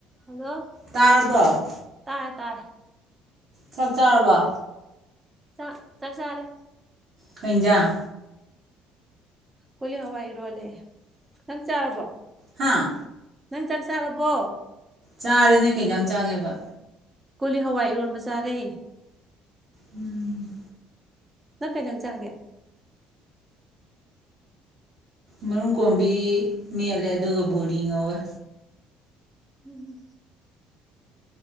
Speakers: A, on the right; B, on the right.
A: hello
B: ꯇꯥꯔꯕꯣ
A: ꯇꯥꯔꯦ ꯇꯥꯔꯦ
B: ꯆꯥꯛ ꯆꯥꯔꯕꯣ
A: ꯆꯥꯛ ꯆꯥꯛ ꯆꯥꯔꯦ
B: ꯀꯩ ꯍꯤꯟꯖꯥꯟ
A: ꯀꯣꯂꯤ ꯍꯋꯥꯏ ꯏꯔꯣꯜꯂꯦ ꯅꯪ ꯆꯥꯔꯕꯣ
B: ꯍꯥꯥ
A: ꯅꯪ ꯆꯥꯛ ꯆꯥꯔꯕꯣ
B: ꯆꯥꯔꯦ ꯅꯣꯏ ꯀꯩ ꯍꯤꯟꯖꯥꯟ ꯆꯥꯒꯦꯕ
A: ꯀꯣꯂꯤ ꯍꯋꯥꯏ ꯏꯔꯣꯟꯕ ꯆꯥꯔꯦ
B: ꯎꯝ
A: ꯅꯪ ꯀꯩ ꯍꯤꯟꯖꯥꯟ ꯆꯥꯒꯦ
B: ꯃꯔꯨꯝ ꯀꯣꯝꯕꯤ ꯃꯦꯠꯂꯦ ꯑꯗꯨꯒ ꯕꯨꯔꯤ ꯉꯧꯋꯦ
A: ꯎꯝ